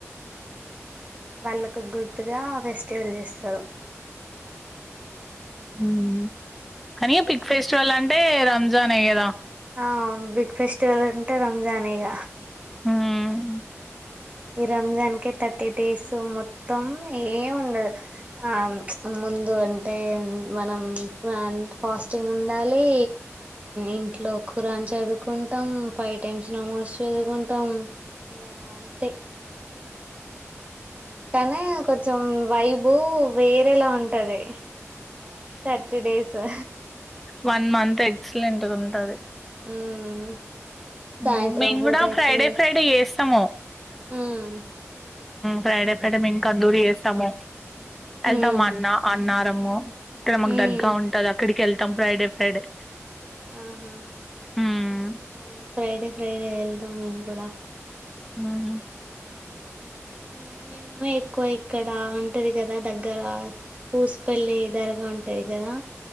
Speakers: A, on the right; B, in the centre.
A: వాళ్ళకు గుర్తుగా ఫెస్టివల్ చేస్తా రు
B: మ్మ్ కానీ బిగ్ ఫెస్టివల్ అంటే రంజానే కదా
A: ఆ బిగ్ ఫెస్టివల్ అంటే రంజానే ఇగ
B: మ్మ్
A: ఈ రంజాన్ కి థర్టీ డేస్ మొత్తం ఏం ఉండదు. అవును ప్చ్ ముందు అంటే మనం ఫాస్టింగ్ ఉండాలి. ఇంట్లో ఖురాన్ చదువుకుంటాం, ఫైవ్ టైమ్స్ నమాజ్ చదువుకుంటాం. ఇగా థె కానీ కొంచెం వైబ్ వేరేలా ఉంటది thirty days
B: one month excellent గా ఉంటది
A: మ్మ్
B: హ్మ్.
A: సాయంత్రం
B: మేము
A: పూటైతే
B: గూడా ఫ్రైడే, ఫ్రైడే జేస్తాము.
A: మ్మ్
B: ఫ్రైడే ఒక్కటే మేం కందూరి చేస్తాము ఎల్టామా
A: ఉమ్
B: అన్నా అన్నారు మ ఇక్కడ మాకు
A: ఉమ్
B: దర్గా ఉంటది అక్కడి కెళ్ ఫ్రైడే ఫ్రైడే
A: ఆహా
B: హ్మ్.
A: అవును ఫ్రైడే ఫ్రైడే వెళ్తాం. మేము కూడా
B: మ్మ్
A: మేమేమో ఎక్కువ ఇక్కడ ఉంటది కదా దగ్గర పూసుపల్లి దర్గా ఉంటది కదా